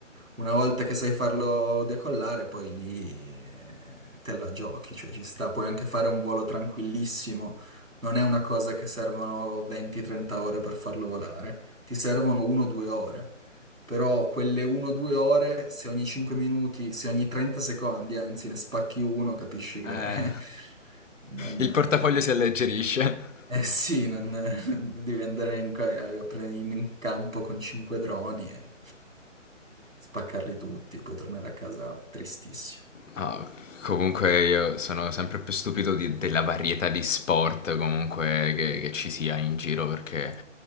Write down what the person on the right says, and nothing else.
Una volta che sai farlo decollare, poi lì eh, te la giochi, cioè ci sta, puoi anche fare un volo tranquillissimo, non è una cosa che servono 20-30 ore per farlo volare, ti servono 1-2 ore. Però quelle 1-2 ore, se ogni 5 minuti, se ogni 30 secondi, anzi, ne spacchi uno, capisci che
<laughs> non,
eh,
eh sì, non, <laughs> devi andare in, ca- a prendere in campo con cinque droni e spaccarli tutti e poi tornare a casa tristissimo.